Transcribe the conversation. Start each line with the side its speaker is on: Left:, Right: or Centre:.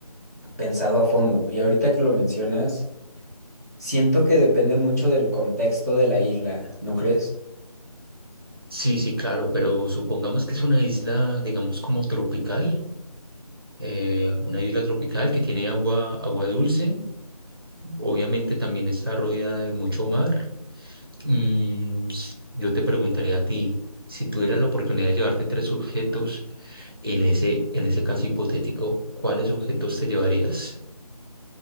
Left: pensado a fondo. Y ahorita que lo mencionas... Siento que depende mucho del contexto de la isla, ¿no crees?
Right: Sí, sí, claro, pero supongamos que es una isla, digamos, como tropical, eh, una isla tropical que tiene agua, agua dulce. Obviamente también está rodeada de mucho mar. Mm, yo te preguntaría a ti, si tuvieras la oportunidad de llevarte tres objetos. En ese, en ese caso hipotético, ¿cuáles objetos te llevarías?